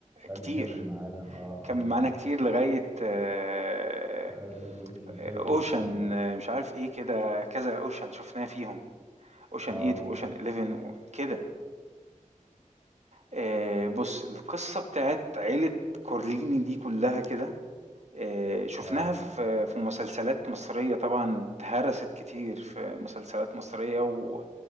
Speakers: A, on the right; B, on the right.
A: ده اللي
B: كتير
A: كمل معانا اه اه
B: كمل معانا
A: اه
B: كتير لغاية آه،
A: ده الجزء الثالث
B: آه، اوشن
A: الاخير
B: آه، مش عارف ايه كده كذا اوشن شفناه فيهم اوشن
A: اه
B: 8 واوشن 11 وكده آه، بص القصة بتاعت عيلة كورليني دي كلها كده آه، شفناها
A: اه
B: في في مسلسلات مصرية طبعا اتهرست كتير في مسلسلات مصرية و-